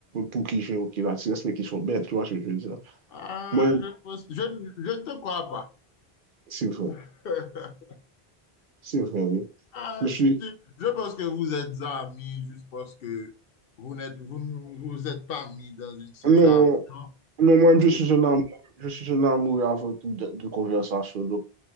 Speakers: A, on the right (about 60°); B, on the left (about 65°).
A: pour qui j'ai aucune attirance, mais qui sont belles. Tu vois ce que je veux dire?
B: Ah,
A: Moi,
B: je ne, pense- je, ne- je ne te crois
A: c'est vrai.
B: pas. <laughs>
A: C'est vrai, oui.
B: Ah,
A: Je suis.
B: je, je pense que vous êtes amis juste parce que vous n'êtes vous, ne- vous êtes pas mis dans une situation.
A: Non. Non, moi-même, je
B: où-
A: suis un amour, je suis un amour avant tout de, de conversation. Donc,